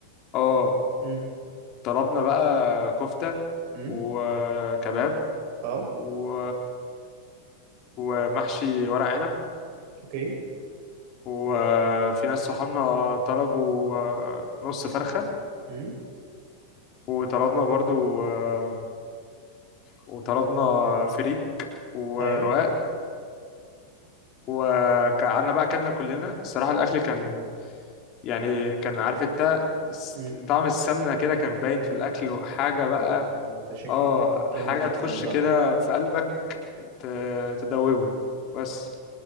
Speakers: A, on the left; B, on the right.
A: اه
B: امم
A: طلبنا بقى كفته
B: امم
A: وكباب
B: اه
A: و... ومحشي ورق عنب
B: اوكي
A: وفي ناس صحابنا طلبوا آه، نص فرخة
B: امم
A: وطلبنا برضو آه، وطلبنا فريك ورقاق
B: ايوه
A: وقعدنا بقى أكلنا كلنا الصراحة الأكل كان يعني كان عارف انت س-
B: امم
A: طعم السمنة كده كان باين في الأكل وحاجة
B: اوبا
A: بقى
B: ده شكله
A: اه
B: كان
A: حاجة
B: جامد جدا
A: تخش
B: بقى
A: كده في قلبك ت- تدوبه بس